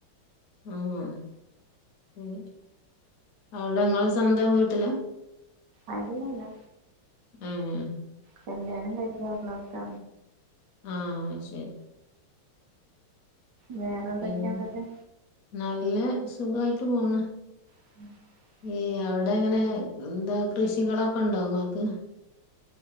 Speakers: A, on the left; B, on the right.
A: ആഹ് ശരി അവിടിങ്ങള് സ്വന്തം വീട്ടില
B: അല്ലല്ല
A: ഉം
B: കല്യാണം കഴിഞ്ഞ് വന്നത്ത
A: ആഹ് ശരി
B: വേറെന്തെക്കയാ
A: പിന്നെ
B: കതെ
A: നല്ല സുഖായിട്ട് പോണ്
B: <inaudible>
A: ഏഹ് അവിടെ അങ്ങനെ എന്താ കൃഷികളൊക്കെ ഒണ്ടോ ഇങ്ങക്ക്